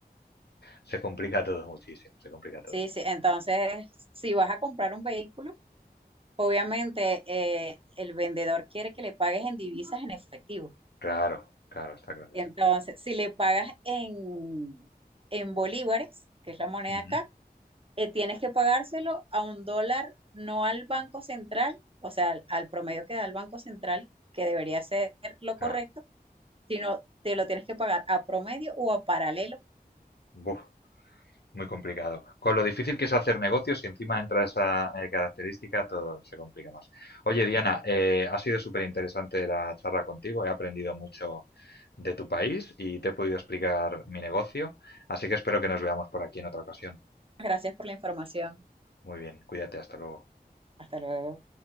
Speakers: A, on the left; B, on the right.
A: se complica todo muchísimo, se complica todo
B: Sí,
A: muchísimo.
B: sí. Entonces, si vas a comprar un vehículo, obviamente eh, el vendedor quiere que le pagues en divisas en efectivo.
A: Claro, claro, está clarísimo.
B: Entonces, si le pagas en, en bolívares, que es la moneda
A: Ujú,
B: acá, eh, tienes que pagárselo a un dólar, no al Banco Central, o sea, al, al promedio que da el Banco Central, que debería ser lo correcto,
A: Claro.
B: sino te lo tienes que pagar a promedio o a paralelo.
A: Buf. Muy complicado. Con lo difícil que es hacer negocios y encima entra esa eh, característica, todo se complica más. Oye, Diana, eh, ha sido súper interesante la charla contigo. He aprendido mucho de tu país y te he podido explicar mi negocio. Así que espero que nos veamos por aquí en otra ocasión.
B: Gracias por la información.
A: Muy bien, cuídate, hasta luego.
B: Hasta luego.